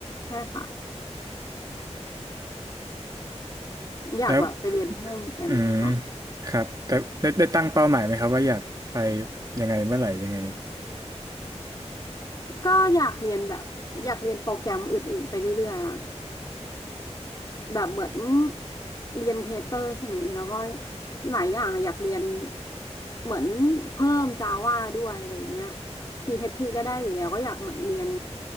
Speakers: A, on the left; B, on the right.
A: ใช่ค่ะอยากแบบไปเรียนเพิ่มเหมือนกันค่ะ
B: แล้วอืมครับแต่ได้ได้ตั้งเป้าหมายไหมครับว่าอยากไปยังไงเมื่อไหร่ยังไง
A: ก็อยากเรียนแบบอยากเรียนโปรแกรมอื่นๆไปเรื่อยๆอ่ะแบบเหมือนเรียนเทสเตอร์ใช่ไหมแล้วก็หลายอย่างอะอยากเรียนเหมือนเพิ่มจาวาด้วยอะไรอย่างเงี้ย p h ีก็ได้อยู่แล้วก็อยากเหมือนเรียน